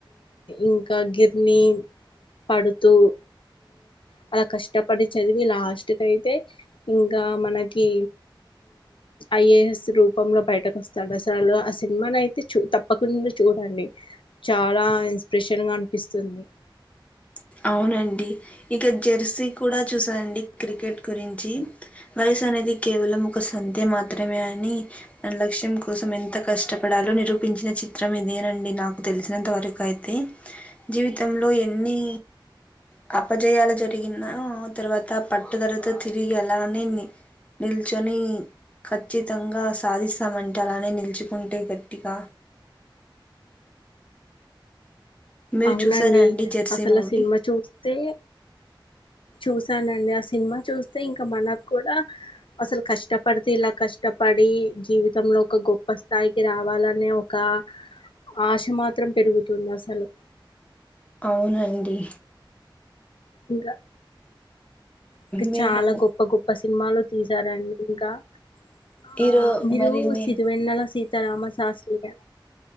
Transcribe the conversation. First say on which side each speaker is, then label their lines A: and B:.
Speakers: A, on the left; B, on the left.
A: ఇంకా గిర్ని పడుతూ ఆ అలా కష్టపడి చదివి లాస్ట్ కయితే ఇంకా మనకి ఐఏఎస్ రూపంలో బయటకు వస్తాడు అసలు ఆ సినిమాను అయితే చూ తప్పకుండా చూడండి చాలా ఇన్స్ ప్రేషన్ గా అనిపిస్తుంది
B: <inaudible> అవునండి ఇక జెర్సీ కూడా చూసానండి క్రికెట్ గురించి వర్ క్స్ అనేది కేవలం ఒక సంధ్య మాత్రమే అని మన లక్ష్యం కోసం ఎంత కష్టపడాలో నిరూప్ పించిన చిత్రం ఇదేనండి నాకు తెలిసినంత వరకయితే, జీవితంలో ఎన్ని <inaudible> అపజయాలు జరిగినా తర్వాత పట్టుదలతో తిరిగి అలానే ని నిల్చొని ఖచ్చితంగా సాధిస్తామంటే అలానే నిలుచుకుంటే గట్టిగా మీరు
A: అవునండి
B: చూసారా అండి జెర్సీ
A: అసల
B: మూవీ?
A: సినిమా చూస్తే చూసానండి ఆ సినిమా చూస్తే ఇంక మనక్కుడా అసలు కష్టపడితే ఇలా కష్టపడ్ డి జీవితంలో ఒక గొప్ప స్థాయికి రావాలనే ఒకా ఆశ మాత్రం పెరుగుతుందసలు
B: అవునండి
A: ఇగా ఇక
B: మీరు
A: చాలా గొప్ప గొప్ప సినిమాలు తీసారండి ఇంకా ఆ
B: ఈరో
A: మీరు
B: మరి నేను
A: సిరి వెన్నెలా సీర్ సీతా రామశాస్త్రిగా